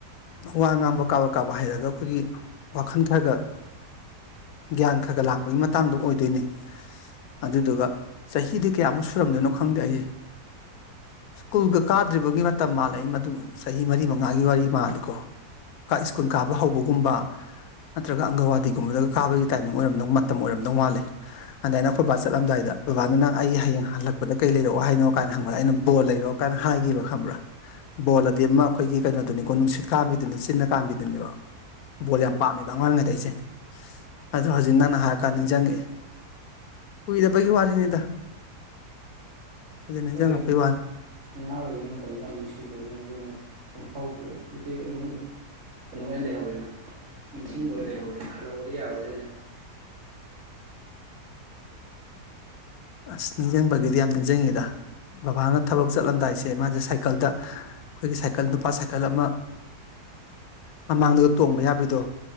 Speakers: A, on the left; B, on the right.
A: ꯋꯥ ꯉꯥꯡꯕ ꯀꯥꯕꯛ ꯀꯥꯕꯛ ꯍꯩꯔꯒ ꯑꯩꯈꯣꯏꯒꯤ ꯋꯥꯈꯜ ꯈꯔꯒ ꯒ꯭ꯌꯥꯟ ꯈꯔ ꯈꯔ ꯂꯥꯛꯄꯒꯤ ꯃꯇꯥꯡꯗꯣ ꯑꯣꯏꯗꯣꯏꯅꯦ ꯑꯗꯨꯗꯨꯒ ꯆꯍꯤꯗꯤ ꯀꯌꯥꯃꯨꯛ ꯁꯨꯔꯝꯗꯣꯏꯅꯣ ꯈꯪꯗꯦ ꯑꯩꯁꯦ ꯁ꯭ꯀꯨꯜꯒ ꯀꯥꯗ꯭ꯔꯤꯕꯒꯤ ꯃꯇꯝ ꯃꯥꯜꯂꯦ ꯃꯗꯨ ꯆꯍꯤ ꯃꯔꯤ ꯃꯉꯥꯒꯤ ꯋꯥꯔꯤ ꯃꯥꯜꯂꯤꯀꯣ ꯁ꯭ꯀꯨꯜ ꯀꯥꯕ ꯍꯧꯕꯒꯨꯝꯕ ꯅꯠꯇ꯭ꯔꯒ ꯑꯪꯒꯋꯥꯗꯤꯒꯨꯝꯕꯗꯒ ꯀꯥꯕꯒꯤ ꯇꯥꯏꯃꯤꯡ ꯑꯣꯏꯔꯝꯗꯧ ꯃꯇꯝ ꯑꯣꯏꯔꯝꯗꯧ ꯃꯥꯂꯦ ꯑꯗ ꯑꯩꯈꯣꯏꯕꯥ ꯆꯠꯂꯝꯗꯥꯏꯗ ꯕꯕꯥꯗꯨꯅ ꯑꯩ ꯍꯌꯦꯡ ꯍꯜꯂꯛꯄ ꯀꯩ ꯂꯩꯔꯛꯑꯣ ꯍꯥꯏꯅꯣ ꯀꯥꯏꯅ ꯍꯪꯕꯗ ꯑꯩꯅ ꯕꯣꯜ ꯂꯩꯔꯛꯑꯣ ꯀꯥꯏꯅ ꯍꯥꯏꯈꯤꯕ ꯈꯪꯕ꯭ꯔꯥ ꯕꯣꯜ ꯑꯗꯤ ꯑꯃ ꯑꯩꯈꯣꯏꯒꯤ ꯀꯩꯅꯣꯗꯨꯅꯤꯀꯣ ꯅꯨꯡꯁꯤꯠ ꯀꯥꯝꯕꯤꯗꯨꯅꯤ ꯆꯤꯟꯅ ꯀꯥꯝꯕꯤꯗꯨꯅꯦꯕ ꯕꯣꯜ ꯌꯥꯝ ꯄꯥꯝꯃꯦꯕ ꯑꯉꯥꯡ ꯑꯣꯢꯔꯤꯉꯩꯁꯦ ꯑꯗꯣ ꯍꯧꯖꯤꯛ ꯅꯪꯅ ꯍꯥꯏꯔꯀꯥꯟꯗ ꯅꯤꯡꯁꯤꯡꯉꯛꯑꯦ ꯀꯨꯏꯗꯕꯒꯤ ꯋꯥꯔꯤꯅꯤꯗ ꯍꯧꯖꯤꯛ ꯅꯤꯡꯁꯤꯡꯉꯛꯄꯩ
B: ꯍꯣꯏ ꯑꯗꯨꯅꯦ
A: ꯋꯥꯅꯤ
B: ꯑꯉꯥꯡ ꯑꯣꯏꯔꯤꯉꯩ ꯃꯇꯝꯗ ꯌꯥꯝ ꯅꯨꯡꯁꯤꯕꯅꯦ ꯑꯗꯨꯅꯦ ꯑꯗꯨꯝ ꯍꯧꯈ꯭ꯔꯦ ꯍꯧꯖꯤꯛꯇꯤ ꯑꯗꯨꯝ ꯀꯩꯅꯣ ꯑꯣꯏꯅ ꯂꯩꯍꯧꯔꯦꯅ ꯅꯤꯡꯁꯤꯡꯕ ꯑꯣꯏꯅ ꯂꯩꯍꯧꯔꯦꯅ ꯍꯥꯟꯂꯛꯑꯣꯗꯤ ꯌꯥꯔꯣꯏꯗꯕꯅꯤꯅ
A: ꯑꯁ ꯅꯤꯡꯁꯤꯡꯕꯒꯤꯗꯤ ꯌꯥꯝ ꯅꯤꯡꯁꯤꯡꯉꯤꯗ ꯕꯕꯥꯅ ꯊꯕꯛ ꯆꯠꯂꯝꯗꯥꯏꯁꯦ ꯃꯥꯁꯦ ꯁꯥꯏꯀꯜꯗ ꯑꯩꯈꯣꯏꯒꯤ ꯁꯥꯏꯀꯜ ꯅꯨꯄꯥ ꯁꯥꯏꯀꯜ ꯑꯃ ꯃꯃꯥꯡꯗꯒ ꯇꯣꯡꯕ ꯌꯥꯕꯗꯣ